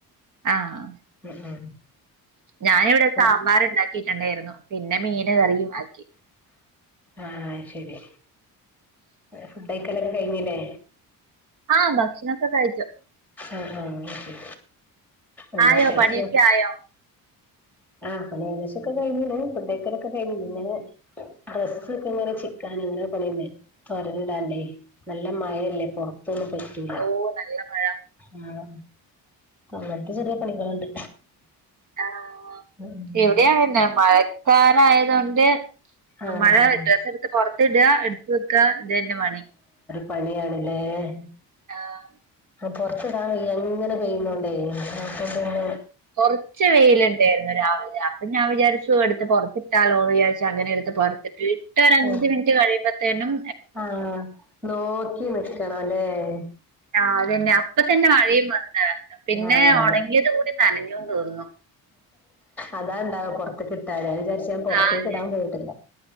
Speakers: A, on the right; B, in the centre.
A: ആഹ
B: <inaudible>
A: ഞാനിവിടെ സാമ്പാർ
B: ഉം
A: ഇണ്ടാക്കിട്ടുണ്ടായിരുന്നു പിന്നെ മീന് കറിയും ആക്കി
B: ആഹ ശരി ഫുഡ്ഡഴിക്കലൊക്കെ കഴിഞ്ഞിലെ
A: ആഹ് ഭക്ഷ്ണൊക്കെ കഴിച്ചു
B: ആഹ് ആഹ് എന്ത
A: ആയോ
B: കരിച്ച
A: പണിയൊക്കെ ആയോ
B: ആഹ് അപ്പണി ഏകദേശൊക്കെ കഴിഞ്ഞീന് ഫുഡ്ഡയ്ക്കലൊക്കെ കഴ്ഞ്ഞീന് ഡ്രസ്സ്‌ ക്ക്ങ്ങനെ ചിക്കാന്ണ്ട് പണിയെന്നെ തോരല്ടാണ്ട് നല്ല മഴല്ലെ പൊറത്ത്
A: ഓ നല്ല മഴ
B: ആഹ് അങ്ങൻത്തെ ചെറീ പണികള്ണ്ട്
A: ആഹ്
B: ഉമ്
A: ടേ പിന്ന മഴക്കാലായതോണ്ട്
B: ആഹ്
A: മഴ ഡ്രസ്സ്‌ട്ത്ത് പൊറത്തിട എടുത്ത് വെക്ക ഇതന്നെ പണി
B: പണിയാണ്ലേഹ്
A: ആഹ്
B: പൊറത്തിടാൻ വെയ്യ ഇങ്ങനെ പെയ്യ്ണോണ്ടെ അപൊ പിന്നെ
A: കൊറ്ച്ച വെയില്ണ്ടേര്ന്ന് രാവിലെ അപ്പൊ ഞാ വിജാരിച്ചു എട്ത്ത് പൊറത്തിട്ടാലോന്ന് വിജാ ച്ചങ്ങനെ എടുത്ത് പൊറത്തിട്ട് ഇട്ടൊരഞ്ച്
B: ഉം
A: മിൻറ്റ് കഴിയുമ്പൊത്തേനും
B: ആഹ് നോക്കി നിക്കണം ലേഹ്
A: ആഹ് അതെന്നെ അപ്പതന്നെ മഴയും വന്ന് പിന്ന
B: ആഹ്
A: ഒണങ്ങിയത് കൂടി നനഞ്ഞൂന്ന് തോന്നുന്നു
B: അതാണ്ടാവ പൊറത്ത്ക്ക്ട്ടാല് ജാരി ച്ച പൊർത്തേക്ക്
A: ആദ്യം
B: ഇടാം പോയിട്ടില്ല